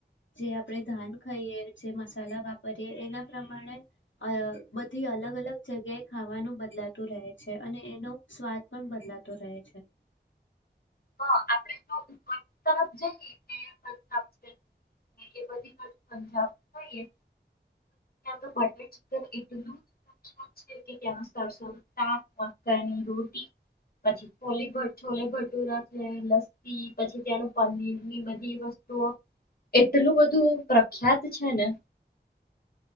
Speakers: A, on the left (about 90°); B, on the left (about 55°).
A: જે આપણે ધાન ખઈએ જે મસાલા વાપરીએ એના પ્રમાણે અ બધી અલગ અલગ જગ્યાએ ખાવાનું બદલાતું રહે છે. અને એનો સ્વાદ પણ બદલાતો રહે છે.
B: હ આપણેે તો ઉપર તરફ જઈએ તે <inaudible> હા યે તો તો પછી ત્યાં બટર ચિકન એ બધું પ્રખ્યાત છે ત્યાં સરસોનું શાક મકાઈ ની રોટી પછી છોલે ભટુ છોલે ભટુરા જે લસ પી પછી ત્યાંનું પનીર ની બધી વસ્તુ તો એટલું બધું પ્રખ્યાત છે ને